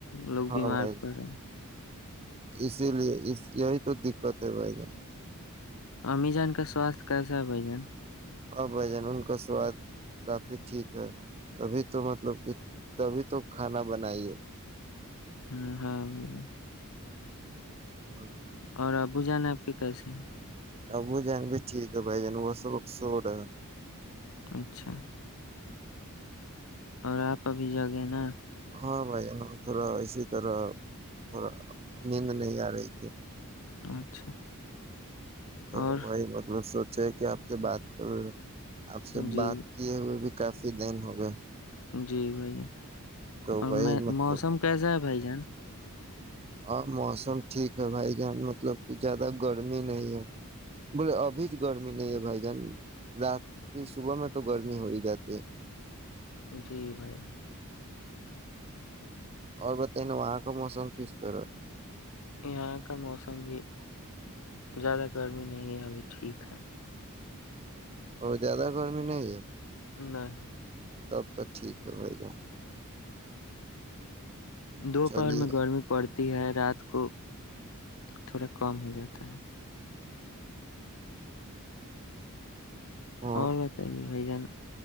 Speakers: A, on the left; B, on the right.
A: لوگ
B: ہاں
A: بیمار
B: بھائی
A: پڑ رہے ہیں
B: اسی لیے یہی تو دقت ہے بائی گ
A: امیزان کا سوستھ کیسا ہے بھ جان
B: ا بھ جان ان کا سواد کافی ٹھیک ہے تبھی تو مطلب کہ تبھی تو کھانا بنا ہیے
A: ہ ہاں ب <unintelligible>
B: ا <unintelligible>
A: اور ابو جانا ہے آپ کے کیسے ہیں
B: ابو جین بھی ٹھیک ہے بھائی جان وہ سب سور ہے
A: اچھا اور آپ ابھی جاگے نا
B: ہاں بھائی تھوڑا ایسی طرح تھوڑا نیند نہیں آ رہے تھ
A: اچھا
B: تو
A: اور
B: وہی بات میں سوچ ھ کہ آپ سے بات کر رہے ہیں آپ سے
A: جی
B: بات کیے ہوئے بھی کافی دن ہو گئے
A: جی بھائی
B: تو
A: اور
B: وہی
A: میں
B: مطلب
A: موسم کیسا ہے بھائی جان
B: ہاں موسم ٹھیک ہے بھائی جان مطلب کہ زیادہ گرمی نہیں ہے بولے ابھی گرمی نہیں ہے بھائی جان رات کی صبح میں تو گرمی ہو ہی جاتی ہے
A: جی بھائی
B: اور بتائ نا وہاں کا موسم کی اس طر ہے
A: یہاں کا موسم بھی زیادہ گرمی نہیں ہے ابھی ٹھیک ہے
B: اور زیادہ گرمی نہیں ہے
A: نہیں
B: تب تو ٹھیک ہے بھائی جان
A: دوپہر
B: چلیے
A: میں گرمی پڑتی د ہے رات کو تھوڑا کم ہو جاتا ہے
B: ہاں
A: اور بتائیے بھائی جان